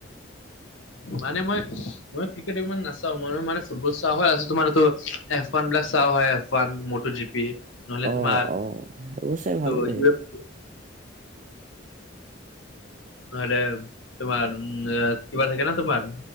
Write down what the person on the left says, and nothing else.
মানে মই মই ক্ৰিকেট ইমান নাচাও মই মানে ফুটবল চা হয় ত তোমাৰ এইটো এফান বিলাক চা হয় এফান মটো জী নহ'লে
তোমাৰ
ত
ই নহ'লে তোমাৰ উম কিবা থাকে ন তোমাৰ